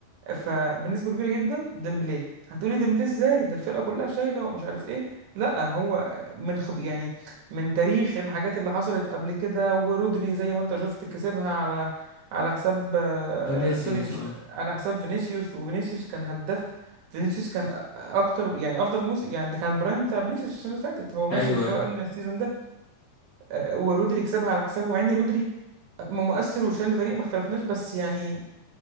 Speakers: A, on the right; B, on the left.
A: آه، فبنسبه كبيره جدا ديمبلي هتقولي ديمبلي ازاي ده الفرقه كلها شايله ومش عارف ايه لا هو من خب يعني من تاريخ الحاجات اللي حصلت قبل كده ورودري زي ما انت شفت كسبها على على حساب آه،
B: فينيسيوس
A: سوري مش
B: اه
A: على حساب فينيسيوس وفينيسيوس كان هداف فينيسيوس كان أ- اكتر يعني افضل موسم يعني ده كان البرايم بتاع فينيسيوس السنه اللي فاتت هو ماشي
B: ايوه
A: مستوى
B: ايوه
A: اقل السيزون ده آه، ورودري كسبها على حسابه مع ان رودري آه، م- مؤثر وشايل الفريق ما اختلفناش بس يعني